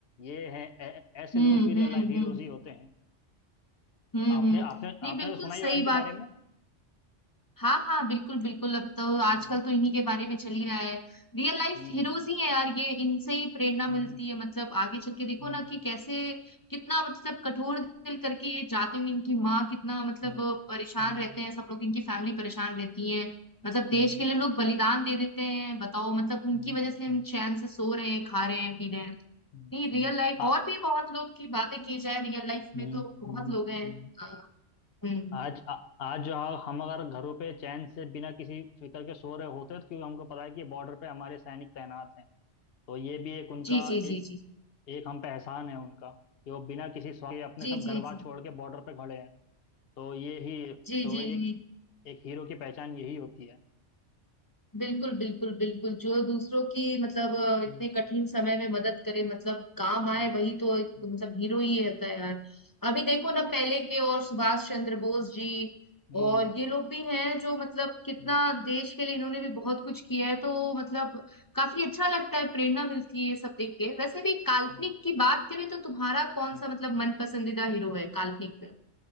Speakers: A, on the left; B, on the left.
A: ये हैं ऐ- ऐसे
B: हम्म
A: लोग भी रियल
B: हम्म
A: लाइफ हीरोज
B: हम्म
A: ही होते हैं
B: हम्म
A: आपने
B: हम्म
A: आपने
B: नहीं
A: आपने
B: बिल्कुल
A: तो सुना ही
B: सही
A: होगा इनके
B: बात
A: बारे में
B: हाँ हाँ बिल्कुल बिल्कुल अब तो आजकल
A: हम्म
B: तो इन्हीं के बारे में चल ही रहा है रियल लाइफ
A: हम्म
B: हीरोज ही है यार ये इनसे ही प्रेरणा मिलती
A: हम्म
B: है मतलब आगे चल के देखो
A: हम्म
B: ना कि कैसे कितना मतलब कठोर दिल करके ये जाते हैं इनकी माँ कितना मतलब
A: हम्म
B: परेशान
A: हम्म
B: रहते हैं सब लोग इनकी फैमिली परेशान रहती है मतलब देश
A: हम्म हम्म
B: के लिए लोग बलिदान दे देते हैं बताओ मतलब उनकी
A: हम्म हम्म
B: वजह से हम
A: हम्म,
B: चैन से सो रहे हैं खा रहे हैं पी रहे हैं
A: हम्म,
B: नहीं रियल
A: हम्म,
B: लाइफ
A: आ-
B: और भी बहुत लोग की बातें की जाए रियल लाइफ
A: हम्म
B: में तो बहुत
A: हम्म,
B: लोग हैं अ, हम्म
A: आज आ, आज जो हम हम अगर घरों पे चैन से बिना किसी फिक्र के सो रहे होते तो क्योंकि हमको पता है कि बॉर्डर पे हमारे सैनिक तैनात हैं तो ये भी एक उनका
B: जी जी
A: एक
B: जी जी
A: एक हम पे एहसान है उनका कि वो बिना किसी स्वार्थ के अपने
B: जी
A: सब घर
B: जी
A: बार
B: जी
A: छोड़ के बॉर्डर पे खड़े हैं तो ये ही
B: जी
A: तो
B: जी
A: एक
B: जी,
A: एक हीरो की पहचान यही होती है
B: बिल्कुल बिल्कुल बिल्कुल जो दूसरों की मतलब अ, इतने
A: हम्म
B: कठिन समय में मदद करे मतलब काम आए
A: हम्म
B: वही तो एक,
A: हम्म
B: मतलब हीरो ही होता है यार अभी देखो ना पहले के और सुभाष चंद्र बोस जी
A: हम्म
B: और ये लोग भी हैं जो मतलब
A: हम्म
B: कितना
A: हम्म, हम्म,
B: देश के लिए इन्होंने भी बहुत कुछ किया है तो मतलब काफी अच्छा लगता है प्रेरणा मिलती है ये सब देख के वैसे भी काल्पनिक
A: हम्म, हम्म,
B: की बात करें तो तुम्हारा कौन
A: हम्म,
B: सा मतलब
A: हम्म,
B: मन पसंदीदा हीरो है काल्पनिक में